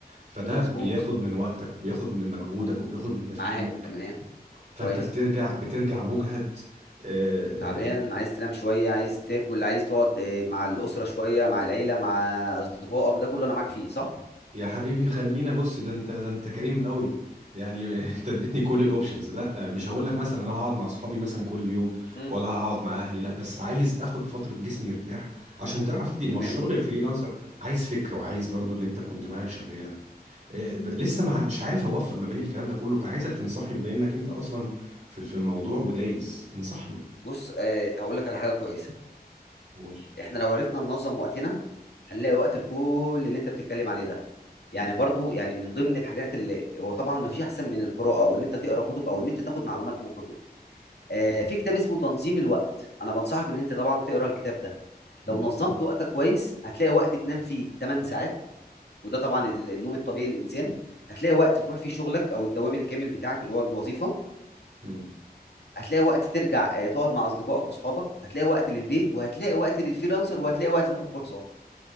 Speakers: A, on the right (about 45°); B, on the left (about 80°).
A: فده
B: مظبوط
A: بياخد من وقتك وبياخد من مجهودك وبياخد من تفكيرك
B: معاك تمام
A: فانت
B: كويس
A: بترجع بترجع مجهد آه،
B: تعبان عايز تنام شوية عايز تاكل عايز تقعد آه، مع الأسرة شوية مع العيلة مع أصدقائك ده كله أنا معاك فيه صح؟
A: يا حبيبي خلينا بص ده انت ده انت كريم قوي يعني <laughs> انت اديتني كل الاوبشنز لا مش هقول لك مثلا انا هقعد مع اصحابي مثلا كل يوم
B: مم.
A: ولا هقعد مع اهلي لا بس عايز اخد فتره جسمي يرتاح عشان تعرف تدي ما
B: تمام
A: هو الشغل الفريلانسر عايز فكر وعايز برضو اللي انت تكون دماغك شغاله اه، ب- لسه مع مش عارف اوفق ما بين الكلام ده كله فعايزك تنصحني بما انك انت اصلا في في الموضوع ودايس انصحني
B: بص أه هقول لك على حاجة كويسة
A: قول
B: احنا لو عرفنا ننظم وقتنا هنلاقي وقت لكل اللي انت بتتكلم عليه ده يعني
A: مم.
B: برضو يعني من ضمن الحاجات اللي هو طبعا ما فيش احسن من القراءه او ان انت تقرا كتب او ان انت تاخد معلومات من كتب آه في كتاب اسمه تنظيم الوقت انا بنصحك ان انت طبعا تقرا الكتاب ده
A: مم.
B: لو نظمت وقتك كويس هتلاقي وقت تنام فيه 8 ساعات وده طبعا ال- النوم الطبيعي للانسان هتلاقي وقت تروح فيه شغلك او الدوام الكامل بتاعك اللي هو الوظيفه
A: مم.
B: هتلاقي وقت ترجع آه، تقعد مع اصدقائك واصحابك هتلاقي وقت للبيت وهتلاقي وقت للفريلانسر وهتلاقي وقت تاخد كورسات